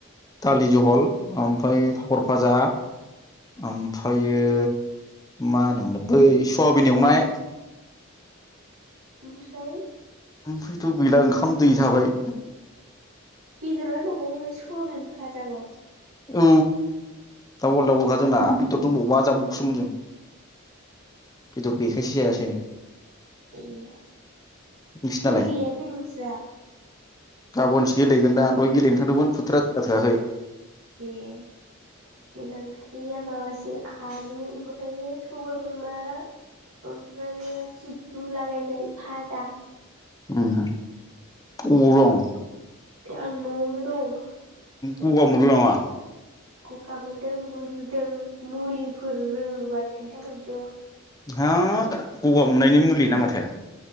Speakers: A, on the left; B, on the right.
A: दालि जहल ओमफ्राय पापर भाजा ओमफ्रायो मा होनोल बै सयाबिन एवनाय।
B: ओमफ्राय
A: ओमफ्रायथ' गैला ओंखाम दै थाबाय।
B: बेदरानो दंखायो ओमफ्राय सवााबिन फाजाबाव।
A: औ दाबल दाबलखा जोंना बेदर दंबावोबा जाबावगोनसो मोन जों बेदर गैयैखायसो जायासै।
B: ए
A: नोंसिनालाय
B: बल गेलेयाखै नोंस्रा?
A: गाबोनसो गेलेगोन दहाय गेलेनो थांदोंमोन फोथारा जायगा थोयाखै।
B: ए जोंना ओंख्रिया माबा सो आलु ओमफ्रायो सबायाइ बिमा ओमफ्रायो सिब्रु लागायनाय फाजा
A: उम उबोव दं
B: आं न'आवनो दं।
A: गगा मोनदों नामा?
B: गा मोनदों गुजुदों मुलिफोर रोंङोबा खिन्थाहरदो।
A: हाब गगा मोननायनि मुलि ना माथो?